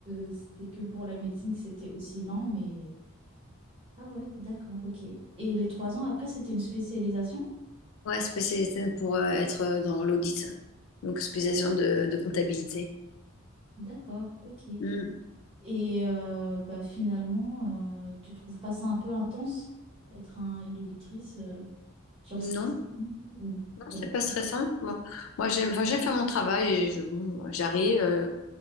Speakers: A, on the right; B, on the left.
A: euh, c'était que pour la médecine que c'était aussi lent, mais. Ah, ouais, d'accord, ok. Et les trois ans après, c'était une spécialisation?
B: Ouais, spécialisé pour euh, être dans l'audit, donc spécialisation de, de comptabilité.
A: D'accord, ok.
B: Hmm.
A: Et euh, bah, finalement, euh, tu trouves pas ça un peu intense, être un, une auditrice, euh, genre stressant
B: Non,
A: ou
B: non,
A: pas
B: c'est
A: du
B: pas
A: tout?
B: stressant. Moi, moi j'aime, enfin, j'aime faire mon travail et je, bon, j'arrive, euh,